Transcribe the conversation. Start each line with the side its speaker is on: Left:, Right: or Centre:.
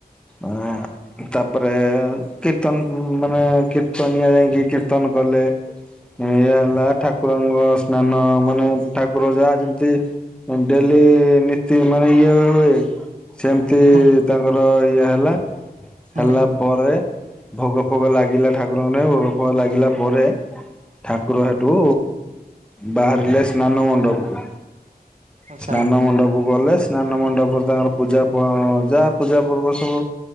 Centre: ଆ ତାପରେ କୀର୍ତ୍ତନ ମାନେ କୀର୍ତ- <inaudible> ଯାଇଁକି କୀର୍ତ୍ତନ କଲେ। ଏଇଆ ହେଲା ଠାକୁରଙ୍କ ସ୍ନାନ ମାନେ ଠାକୁର ଯାହା ଯେମତି ଡେଲି ନୀତି ମାନେ ଇଏ ହୁଏ। ସେମତି
Right: ହୁଁ
Centre: ତାଙ୍କର ଇଏ ହେଲା।
Right: ହୁଁ
Centre: ହେଲା ପରେ ଭୋଗ ଫୋଗ ଲାଗିଲା ଠାକୁରଙ୍କେ ନାଗି ଭୋଗ ଫୋଗ ଲାଗିଲା ପରେ ଠାକୁର ହେଟୁ ବାହାରିଲେ ସ୍ନାନ ମଣ୍ଡପକୁ।
Right: ଆଚ୍ଛା
Centre: ସ୍ନାନ ମଣ୍ଡପକୁ ଗଲେ ସେ ସ୍ନାନ ମଣ୍ଡପରେ ତାଙ୍କର ପୂଜା ପ ଯା ପୂଜା ପର୍ବ ସବୁ